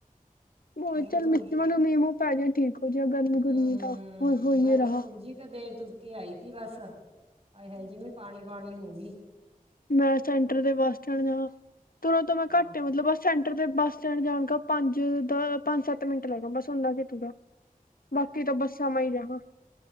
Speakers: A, on the left; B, on the right.
A: ਹੁਣ,
B: ਹੋਰ
A: ਚੱਲ
B: ਥੋੜੀ
A: ਮੂੰ ਮੀਹ ਮੂੰਹ ਪੈ ਜਾ ਠੀਕ ਹੋ ਜਾ ਗਰਮੀ
B: ਹੂੰ,
A: ਗੁਰਮੀ ਤਾਂ ਹੋ ਹੋਈ
B: ਮੈਂ ਤਾਂ
A: ਰਹਾ
B: ਥੋੜ੍ਹੀ ਜਿਹੀ ਕ ਦੇਰ ਤੁਰ ਕੇ ਆਈ ਥੀ ਬਸ, ਆਏ ਹਾਏ ਜਂਵੇ ਪਾਣੀ ਪਾਣੀ ਹੋ ਗੀ।
A: ਮੈ ਸੈੈਂਟਰ ਦੇ ਬੱਸ ਸਟੈਂਡ ਜਾ ਤੁਰੋ ਤੋ ਮੈ
B: ਹਾਂ
A: ਘੱਟ ਮਤਲਬ ਬ- ਸੈਂਟਰ ਦੇ ਬੱਸ ਸਟੈਂਡ ਜਾਣ ਦਾ ਪੰਜ ਦ ਸੱਤ ਮਿੰਟ ਲੱਗਦਾ ਬਸ ੳਨਾ ਕਿ ਤੂਰਾ। ਬਾਕੀ ਤਾਂ ਬੱਸਾ ਮੇ ਹੀ ਜਾਣਾ।